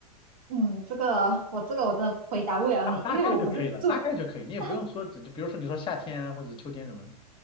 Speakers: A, on the right (about 70°); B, on the left (about 25°).
A: 嗯，这个我这个我真的回答不了你，
B: 大大概就可以了，
A: 因为我不是住。
B: 大概就可以，你也不用说，
A: 大。
B: 就比如说你说夏天啊，或者秋天什么的。